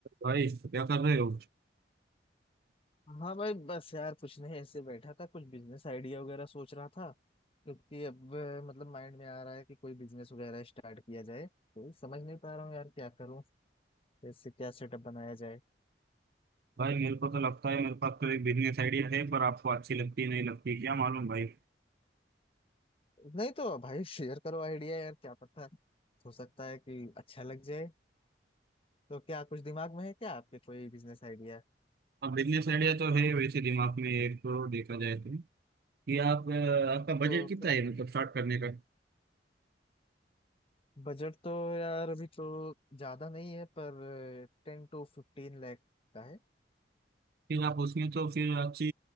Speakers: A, on the right; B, on the left.
A: भाई क्या कर रहे हो
B: हाँ भाई बस यार कुछ नहीं ऐसे बैठा था कुछ बिजनेस आइडिया वगैरह सोच रहा था क्योंकि अब अ, मतलब माइंड में आ रहा है कि कोई बिजनेस वगैरह स्टार्ट किया जाए तो समझ नहीं पा रहा हूँ यार क्या करूँ कैसे क्या सेटअप बनाया जाए
A: भाई मेरे को तो लगता है मेरे पास तो एक बिजनेस आइडिया है पर आपको अच्छी लगती है नहीं लगती क्या मालूम भाई
B: नहीं तो भाई शेयर करो आइडिया यार क्या पता हो सकता है कि अच्छा लग जाए तो क्या कुछ दिमाग में है क्या आपके कोई बिजनेस आइडिया
A: अब बिजनेस आइडिया तो है वैसे दिमाग में एक तो देखा जाए तो कि आप अ, आपका बजट
B: तो
A: कितना
B: क्या
A: है मतलब स्टार्ट करने का
B: बजट तो यार अभी तो ज्यादा नहीं है पर टेन टू फिफ्टीन लाख का है
A: फिर आप उसमें तो फिर अच्छी